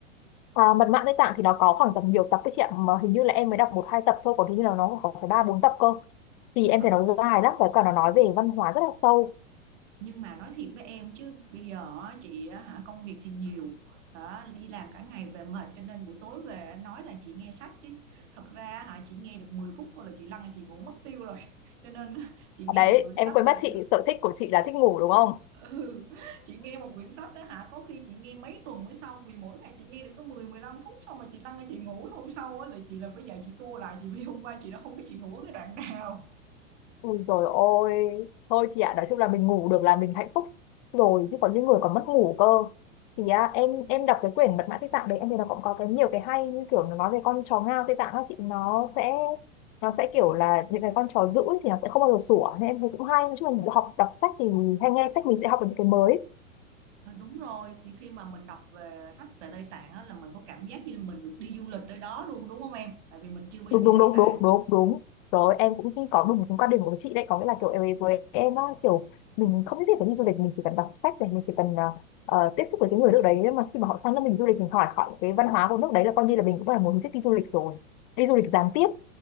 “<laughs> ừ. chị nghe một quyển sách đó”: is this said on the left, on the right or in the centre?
Right